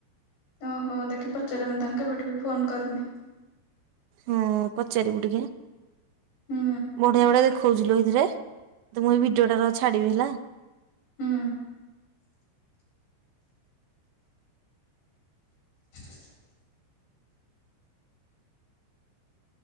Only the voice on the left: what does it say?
ଓହୋ ଦେଖି ପଚାରେ ମୁଁ ତାଙ୍କୁ କେବେଠୁ ବି ଫୋନ୍ କରିନି।
ହୁଁ
ହୁଁ। <inaudible>